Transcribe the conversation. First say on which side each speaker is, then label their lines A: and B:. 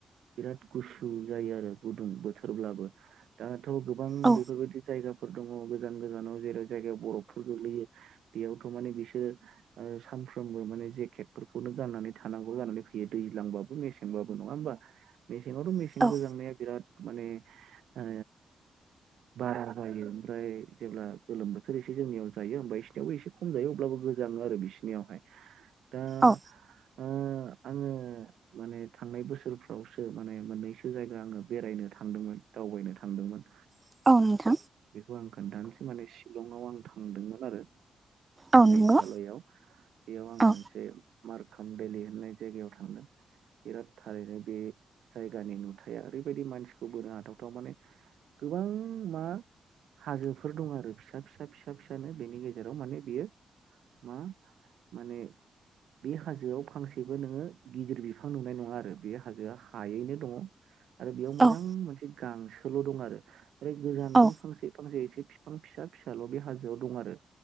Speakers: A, on the right; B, on the right.
A: बिराद गुसु जायो आरो। गुदुं बोथोरब्लाबो दाथ' गोबां
B: औ
A: बेफोरबायदि जायगा फोर दङ गोजान गोजानाव जेरै जायगायाव बरफफोर गोग्लैयो बेयावथ' माने बिसोर ओ सान फ्रोमबो माने जेकेटफोरखौनो गाननानै थानांगौ जानानै फैयो दैजांबाबो मेसेंबाबो नङा होनबा मे सेङावथ' मेसें
B: औ
A: गोजांनाया बिराद माने ओ बारा जायो ओमफ्राय जेब्ला गोलोम बोथोर एसे जोंनियाव जायो ओमबाय बिसनियावबो एसे खम जायो अब्लाबो गोजाङो आरो बिसिनियावहाय दा
B: औ
A: आङो-आङो माने थांनाय बोसोरफ्रावसो माने मोननैसो जायगा आङो बेरायनो थांदोंमोन दावबायनो थांदोंमोन। ओ
B: औ नोंथां
A: बेखौ आं खोन्थानोसै माने शिलंआव आं थांदोंमोन आरो
B: औ
A: मेघालयआव
B: नंगौ
A: बेयाव आं
B: औ
A: मोनसे मार्क खामभेलि होननाय जायगायाव थांदों बिराद थारैनो बे जायगानि नुथाया ओरै बायदि मानसिखौ बोनो हाथावथाव माने गोबां मा हाजोफोर दं आरो फिसा-फिसा-फिसा फिसानो बेनि गेजेराव माने बियो मा-माने बे हाजोआव फांसेबो नोङो गिदिर बिफां नुनाय नङा आरो बे हाजोआ हायैनो दङ। आरो बेयाव मोजां
B: औ
A: मोनसे गांसोल' दं आरो आरो गोजानजों
B: औ
A: फांसे- फांसे एसे बिफां फिसा-फिसाल' बे हाजोआव दं आरो